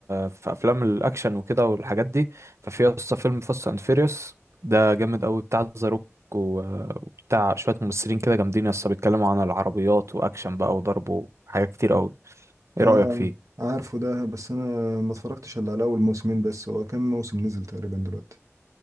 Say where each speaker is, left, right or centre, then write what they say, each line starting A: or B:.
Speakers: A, on the right (about 60°); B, on the right (about 85°).
A: في افلام الاكشن وكده والحاجات دي ففي يا اسطى فيلم فاست اند فيريوس ده جامد قوي بتاع ذا روك و- وبتاع شويه ممثلين كده جامدين يا اسطى بيتكلموا عن العربيات واكشن بقى وضرب وحاجات كتير قوي ايه
B: اه
A: رايك فيه
B: عارفه ده بس انا ما اتفرجتش الا على اول موسمين بس هو كام موسم نزل تقريبا دلوقتي